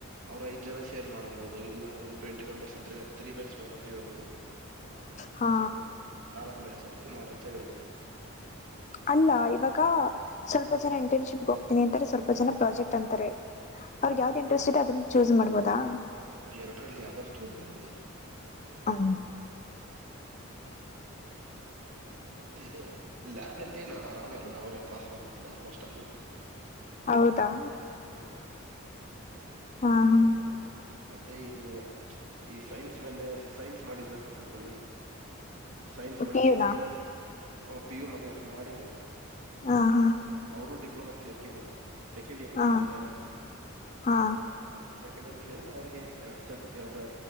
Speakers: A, on the right (about 70°); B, on the left (about 35°).
A: ಅವ್ರರ ಐದ ಜನ ಸೇರ್ ಮಾಡನ್ಬಹುದು ಇಲ್ಲ ಒನ್ ಟ್ವೆಂಟಿ ಮೆಂಬರ್ಸ್ ಇದ್ರೆ ತ್ರೀ ಬ್ಯಾಚ್ ಮಾಡ ಅಂತ ಹೇಳ್ಬಹುದು.
B: ಹಾ.
A: ನಾಲ್ಕ್ ಬ್ಯಾಚ್ ಅಂತರು ಮಾಡಂತ ಹೇಳ್ಬೋುದು.
B: ಅಲ್ಲಾ ಇವಾಗ ಸ್ವಲ್ಪ ಜನ ಇಂಟರ್ನ್ಶಿಪ್ಗೆ ಹೋಗ್ತೀನಿ ಅಂತಾರೆ ಸ್ವಲ್ಪ ಜನ ಪ್ರಾಜೆಕ್ಟ್ ಅಂತಾರೆ. ಅವ್ರಿಗೆ ಯಾವ್ದ ಇಂಟರೆಸ್ಟ್ ಇದೆ ಅದನ್ನ ಚೂಸ್ ಮಾಡ್ಬೋದಾ.
A: ಹ ಎರಡರಲ್ಲಿ ಯಾವ್ದಾದ್ರು ಚೂಸ್ ಮಾಡ್ಬೋದು.
B: ಹ್.
A: ಮತ್ತೆ ಇದು ಲ್ಯಾಬ್ ನಲ್ಲಿ ಆರಾಮ ಎಲ್ಲ ಅವರೇ ಪಾಸ್ ಮಾಡ್ಬಿಡ್ತಾರ ಆಲ್ಮೋಸ್ಟ್ ಆಲ್
B: ಹೌದಾ.
A: ಹ್ಮ್.
B: ಹಾ ಹಾ.
A: ಮತ್ತೆ ಇದು ಈ ಸೈನ್ಸ್ ಮೇಲೆ ಸೈನ್ಸ್ ಮಾಡಿದ್ರ ಅಂತ ತಿಳ್ಕೊಳ್ಳಿ. ಸೈನ್ಸ್ ಮಾಡಿದ್ರೆ
B: ಪಿ ಯು
A: ಸೀದಾ
B: ನಾ
A: ಹಾ ಪಿ ಯು ಮಾಡಿದ್ರ ಮಾಡಿದ್ರೆ.
B: ಹಾ ಹಾ.
A: ಅವ್ರು ಡಿಪ್ಲೋಮಾಕ್ಸ್ ಸೆರ್ಕಬಹುದು ಸೆಕೆಂಡ್ ಇಯರ್
B: ಹಾ
A: ಕ ಸೀದಾ ಡೈರೆಕ್ಟ್
B: ಹಾ
A: ಸೆಕೆಂಡ್ ಇಯರ್ ಏನಿಲ್ಲಾ ಅವರಿಗೆ ಎರಡ ಸೇಮ್ ಎರಡು